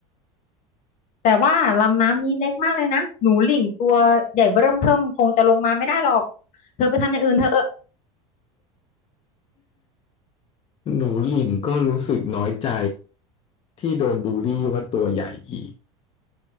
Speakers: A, on the left; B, on the left.
A: แต่ว่าลำน้ำนี้เล็กมากเลยนะ หนูริ่งตัวใหญ่เบ้อเริ่มเทิ่มคงจะลงมาไม่ได้หรอก เธอไปทำอย่างอื่นเถอ
B: หนูหลิงก็รู้สึกน้อยใจที่โดนบูลลี่ว่าตัวใหญ่อีก